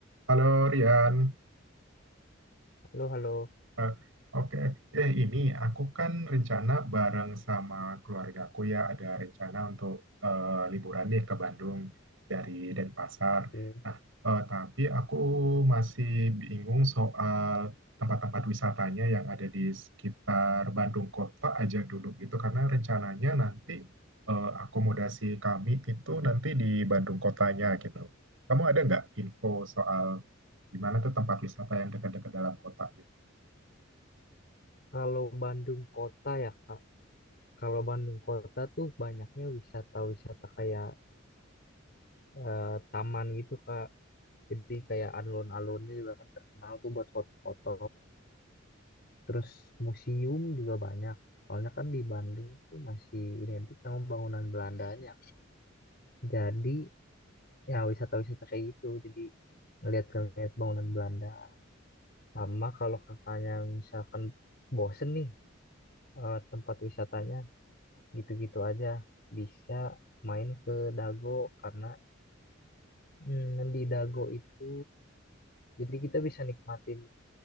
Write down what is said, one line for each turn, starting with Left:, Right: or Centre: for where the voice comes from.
Right: Halo Rian,
Left: Halo, halo.
Right: Eh, oke. Eh ini aku kan rencana bareng sama keluargaku ya ada rencana untuk eh, liburan nih ke Bandung dari Denpasar.
Left: Oke.
Right: Nah, eh, tapi aku masih bingung soal tempat-tempat wisatanya yang ada di sekitar Bandung kota aja dulu gitu karena rencananya nanti eh, akomodasi kami itu nanti di Bandung kotanya gitu. Kamu ada nggak info soal di mana tuh tempat wisata yang dekat-dekat dalam kota gitu.
Left: Kalau Bandung kota ya, Kak. Kalau Bandung kota tuh banyaknya wisata-wisata kayak eh, taman gitu, Kak. Jadi kayak alun-alunnya juga kan terkenal tuh buat foto-foto. Terus museum juga banyak. Soalnya kan di Bandung tuh masih identik sama bangunan Belandanya. Jadi ya wisata-wisata kayak gitu. Jadi ngeliat-ngeliat bangunan Belanda. Sama kalau kakaknya misalkan bosen nih eh, tempat wisatanya. gitu-gitu aja bisa main ke Dago karena hmm, di Dago itu jadi kita bisa nikmatin